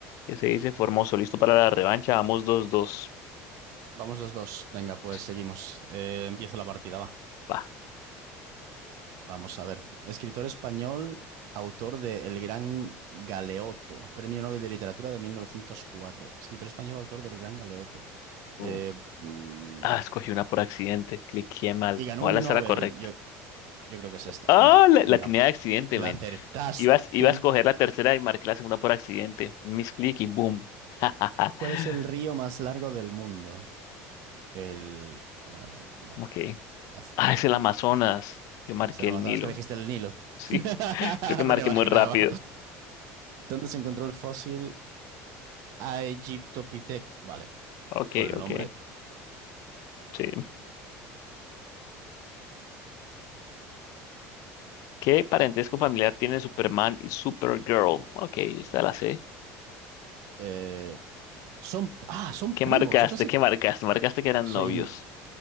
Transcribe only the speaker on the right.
Vamos dos, dos. Venga, pues
seguimos. Eh, empiezo la partida, va.
Vamos a ver. Escritor español, autor de El Gran Galeoto, Premio Nobel de Literatura de 1904. Escritor español, autor del Gran Galeoto. Eh,
mm,
y ganó
un Nobel.
Yo, yo creo que es esta.
No,
no.
la
acertaste.
¿Cuál es el río más largo del mundo? El... ah, vale,
fácil.
Es el Amazonas,
que elegiste el Nilo.
<laughs>
Me lo imaginaba.
¿Dónde se encontró el fósil Aegyptopithecus? Vale,
por el
nombre.
Eh, son, ah, son
primos.
Yo pensé
que
soy
im-